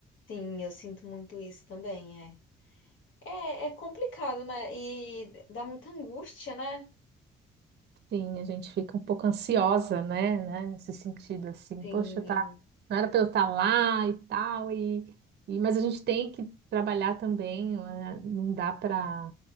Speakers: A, on the left; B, on the right.
A: Sim, eu sinto muito isso também, é. É, é complicado, né? E dá muita angústia, né?
B: Sim, a gente fica um pouco ansiosa, né, né, nesse sentido assim,
A: Sim,
B: poxa, tá, não era para eu estar lá e tal e, e mas a gente tem que trabalhar também, né, não dá para,